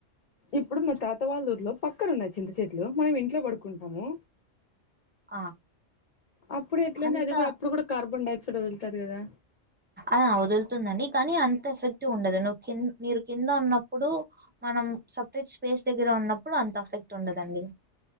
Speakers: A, on the left (about 45°); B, on the right (about 15°).
A: ఇప్పుడు మా తాతవాళ్ళూర్లో పక్కన ఉన్నా చింత చెట్లు మేము ఇంట్లో పడుకుంటాము
B: ఆ
A: అప్పుడు ఎట్లంటే
B: అంత
A: అది కూడా అప్పుడు కూడా కార్బన్ డైఆక్సైడ్ వదుల్తాది కదా
B: ఆ వదులుతుందండి కానీ అంత ఎఫెక్టివ్ ఉండదు నువ్వు కింద మీరు కింద ఉన్నప్పుడు మన మనం సపరేట్ స్పేస్ దగ్గర ఉన్నప్పుడు అంత ఎఫెక్ట్ ఉండదండి